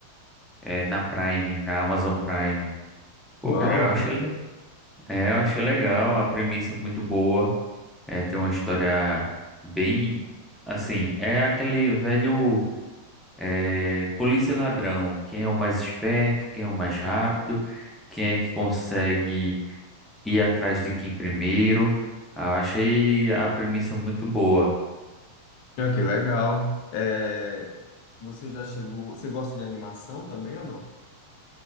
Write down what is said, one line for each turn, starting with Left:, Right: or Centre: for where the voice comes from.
Centre: é, na Prime, na Amazon Prime. Pô,
Left: Uau,
Centre: cara, eu achei, le- é, eu achei legal, a premissa é muito boa, é, tem uma história bem, assim, é aquele velho. É, polícia e ladrão, quem é o mais esperto, quem é o mais rápido, quem é que consegue ir atrás de quem primeiro. Ah, achei a premissa muito boa.
Left: ah, que legal. É, você já chegou. Você gosta de animação também ou não?